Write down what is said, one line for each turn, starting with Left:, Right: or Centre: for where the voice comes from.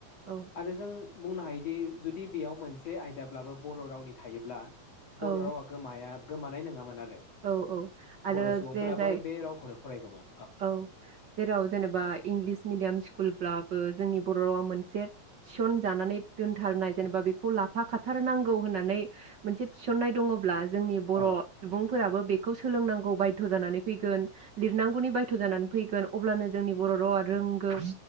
Right: औ
Left: आरो जों बुंनो हायो जुदि जुदि बेयाव मोनसे आयदाब्लाबो बर रावनि थायोब्ला बर
Right: औ
Left: रावा गोमाया। गोमानाय नंङामोन आरो
Right: औ औ। आरो
Left: बर' सुबुंफोराबो
Right: जे जाय
Left: बे रावखौनो फरायगौमोन
Right: औ जेराव जेनेबा इंलिस मिडियाम स्कुल <unintelligible> ओ जोंनि बर रावा मोनसे थिसनजानानै दोनथारनाय जेनेबा बेखौ लाफा खाथारनांगौ होननानै मोनसे थिसननाय दंङब्ला जोंनि बर
Left: औ
Right: सुबुं बेखौ सोलोंनांगौ बायध जानानै फैगोन लिरनांगौनि बायध जानानै फैगोन अब्लानो जोंनि बर रावा रोंगौ